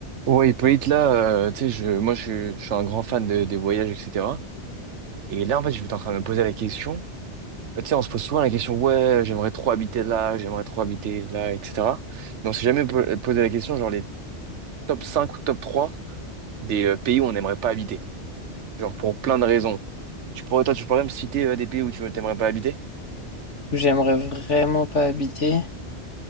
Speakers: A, on the right; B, on the left.
A: Ouais, Hippolyte, là, euh, tu sais, je, moi, je, je suis un grand fan de- des voyages, etc. Et là, en fait, je suis en train de me poser la question. Bah, tu sais, on se pose souvent la question, ouais, j'aimerais trop habiter là, j'aimerais trop habiter là, etc. Mais on s'est jamais po- posé la question, genre, les top 5 ou top 3 des euh, pays où on n'aimerait pas habiter. Genre, pour plein de raisons. Tu pourrais, toi, tu pourrais me citer euh, des pays où tu n'aimerais pas habiter?
B: où j'aimerais vraiment pas habiter.